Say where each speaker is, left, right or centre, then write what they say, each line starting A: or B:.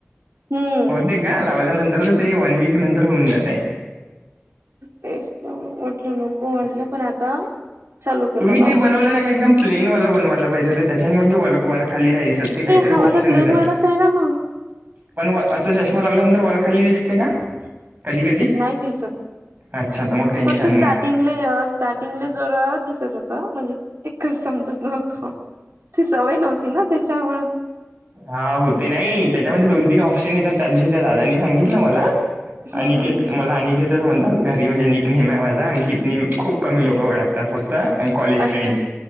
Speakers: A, on the right; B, on the right.
A: हम्म.
B: ते का, लावल्यानंतर त ते वन वीक नंतर होऊन जाते.
A: तेच त, म्हटल नको म्हटलं पण आता. चालू केला
B: तुम्ही
A: लावून
B: ते बनवलं नाही का, एकदम प्लेन वाला बनवायला पाहिजे होत, त्याच्याने म्हणजे वरखाली नाही दिसत. तर ते काहीतरी
A: हा माझा
B: ऑप्शन
A: प्लेन
B: देता.
A: वालाच आहे ना मग
B: पण असं चष्मा लावल्यानंतर, वरखाली दिसते का? कधी कधी,
A: नाही दिसत
B: अच्छा त मग टेन्शन
A: फक्त स्टार्टिंगले
B: नाही.
A: स्टार्टिंगले जरा दिसत होत, म्हणजे एकच समजत नव्हतं. ती सवय नव्हती ना, त्याच्यामुळं.
B: हा हो ते नाही, त्याच्यामध्ये दोन तीन ऑप्शन येतात, त्या दिवशी त्या दादानी सांगितलं मला.
A: हम्म
B: अनिकेत
A: हम्म हम्म
B: मला अनिकेत म्हणतात, घरी म्हणजे निक नेमे माझा अंकितने खूप कमी लोकं ओळखतात, फक्त त अन कॉलेज फ्रेंड,
A: अच्छा